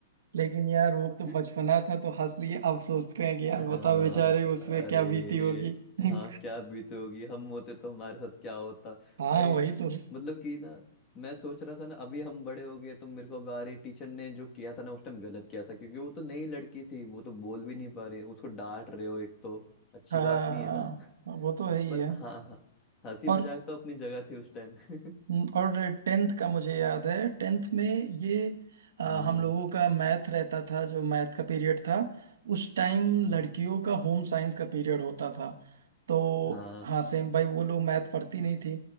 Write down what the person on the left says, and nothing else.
<laughs>
हाँ
अरे
हाँ
क्या बीते होगी हम होते तो हमारे साथ क्या होता
भाई
मतलब कि ना मैं सोच रहा था ना अभी हम बड़े हो गए तो मेरे को बारी टीचर ने जो किया था ना उस टाइम गलत किया था क्योंकि वो तो नई लड़की थी वो तो बोल भी नहीं पा रही उसको डांट रहे हो एक तो अच्छी
बात नहीं
है ना <laughs>
तो
पर
हाँ हाँ हंसी
मजाक तो अपनी जगह थी उस टाइम <laughs>
हम्म
हम्म
हाँ